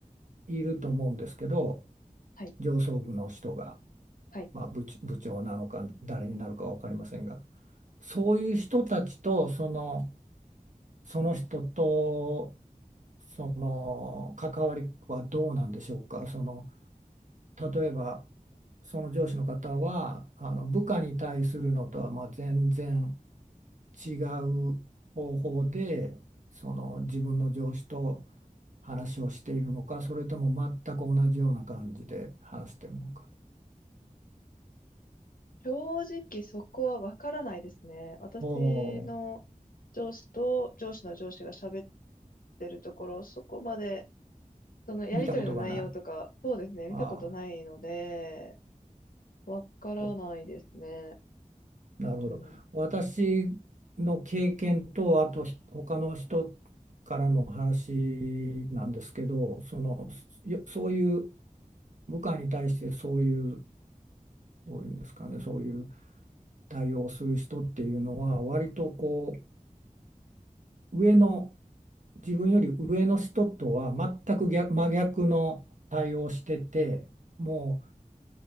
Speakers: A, on the right (about 60°); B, on the left (about 80°).
A: ると思うんですけど
B: はい、
A: 上層部の人が、
B: はい。
A: まあ、部長、部長なのか誰になるか分かりませんがそういう人たちとその、その人とその関わりはどうなんでしょうか。その例えばその上司の方はあの部下に対するのとはまあ全然違う方法でその自分の上司と話をしているのかそれとも全く同じような感じで話しているのか
B: 正直そこはわからないですね。私の上司と上司の上司が喋っ
A: おお
B: てるところ、そこまで、そのやりとりの内容とか、
A: 見たことがない。
B: そうですね、見たことないので、
A: ああ、
B: わからないですね。
A: おなるほど。
B: うん。
A: 私の経験とあとひ他の人の話なんですけどそのよそういう部下に対してそういうどういうんですかね、そういう対応する人っていうのは割とこう上の自分より上の人とは全く逆真逆の対応してても